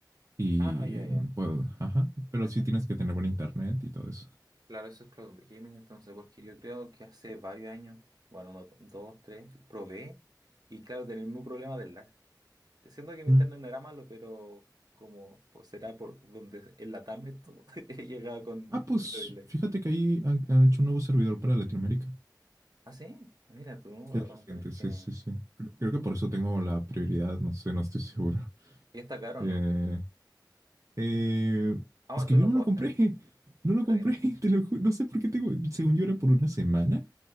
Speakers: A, on the right; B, on the right.
A: y
B: Ah, ah, ya, ya.
A: puedo, ajá, pero
B: Eso,
A: sí tienes que tener buen internet y todo eso.
B: claro, eso es cloud gaming entonces, porque yo creo que hace varios años, bueno, no, dos, tres, probé y claro, tenía el mismo problema del lag. Siendo que mi
A: Ujú.
B: internet no era malo, pero como pues será por donde en la TAM esto, <laughs> he llegado con un
A: Ah, pues
B: poquito de delay.
A: fíjate que ahí han, han hecho un nuevo servidor para Latinoamérica.
B: Ah, sí, mira, tú va-
A: Es
B: vamos
A: reciente,
B: a tener que...
A: sí, sí, sí. Creo, creo que por eso tengo la prioridad, no sé, no estoy seguro.
B: Y está caro,
A: Eh,
B: ¿no?
A: Eh,
B: Ah, bueno,
A: es que
B: tú
A: yo
B: lo
A: no
B: probaste,
A: lo compré, no lo
B: te
A: compré,
B: la dieron.
A: <laughs> te lo ju- no sé por qué tengo, según yo era por una semana,